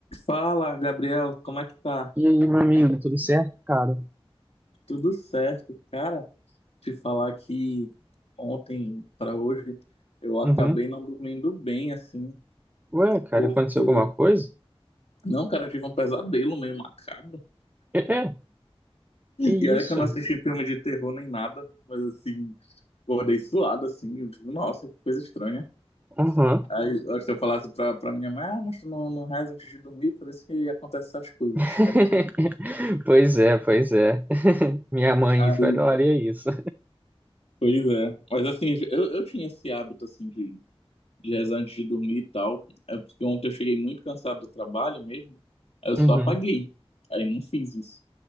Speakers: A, on the left; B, on the right.
A: Fala, Gabriel, como é que tá?
B: E aí, meu amigo, tudo certo, cara?
A: Tudo certo, cara? Te falar que ontem para hoje eu acabei
B: Uhum.
A: não dormindo bem, assim,
B: Ué, cara,
A: porque
B: aconteceu alguma coisa?
A: não, cara, eu tive um pesadelo meio macabro.
B: É, é, que isso?
A: E olha que eu não assisti filme de terror nem nada, mas assim, acordei suado, assim, eu digo, nossa, que coisa estranha.
B: Uhum.
A: Aí eu acho que eu falasse pra, pra minha mãe, ah, mas tu não, não reza antes de dormir, por isso que acontecem essas coisas.
B: <laughs>
A: <laughs>
B: Pois é, pois é. <laughs> Minha mãe
A: Aí,
B: falaria isso.
A: pois é. Mas assim, eu, eu tinha esse hábito, assim, de de rezar antes de dormir e tal. É porque ontem eu cheguei muito cansado do trabalho mesmo. Aí eu só
B: Uhum.
A: apaguei. Aí não fiz isso.